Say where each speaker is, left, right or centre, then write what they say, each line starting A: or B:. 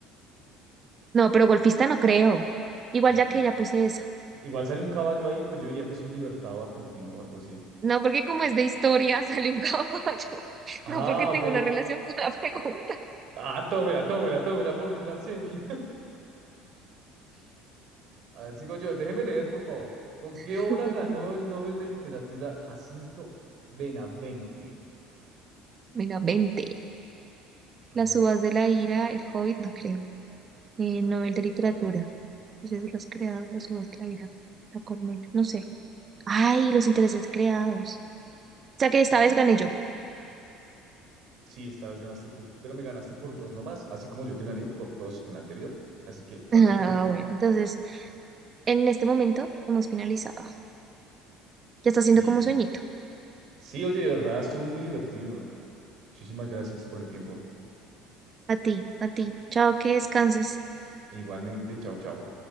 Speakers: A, on the right (about 35°); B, on the right (about 60°).
A: No, pero golfista no creo. Igual
B: Mm,
A: ya que ya puse esa.
B: Igual sale un caballo ahí, pues yo diría que es un libertado argentino o algo así.
A: No, porque como es de historia, <laughs> sale un caballo.
B: Ah,
A: No, porque tengo
B: ok.
A: una relación con la pregunta.
B: Ah, tómela, tómela, tómela por burlarse de mí. <laughs> A ver, sigo yo. Déjeme leer, por favor. ¿Con qué
A: <laughs>
B: obra ganó el Nobel de Literatura Jacinto Benavente?
A: Mira, 20.
B: Mm,
A: Las uvas de la ira, el Hobbit, no creo. Eh, novel de literatura. Dices los creados, las uvas de la ira. La colmena, no sé. Ay, los intereses creados. O sea
B: <laughs>
A: que esta
B: ni
A: vez
B: idea.
A: gané yo.
B: Sí, esta vez ganaste tú, pero me ganaste por dos nomás, así como yo te gané por dos en la anterior. Así
A: <laughs>
B: que realmente
A: Ah,
B: nadie ganó.
A: bueno. Entonces, en este momento hemos finalizado. Ya está
B: Sí,
A: haciendo como sueñito.
B: Sí, oye, de verdad, estuvo muy divertido. Muchísimas gracias por el tiempo.
A: A ti, a ti. Chao, que descanses.
B: Igualmente, chao, chao.